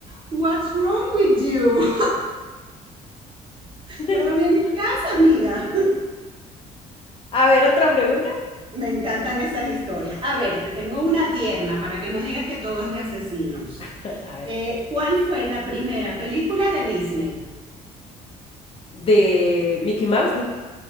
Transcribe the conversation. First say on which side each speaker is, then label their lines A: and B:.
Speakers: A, on the right; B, on the left.
A: What's wrong with you? <laughs>
B: <laughs>
A: Todo bien en casa, amiga.
B: A ver, otra pregunta.
A: <laughs> Me encantan esas historias. A ver, te tengo una tierna para que no digas que todo es de asesinos.
B: <laughs> A ver.
A: Eh, ¿cuál fue la primera película de Disney?
B: De Mickey Mouse, no.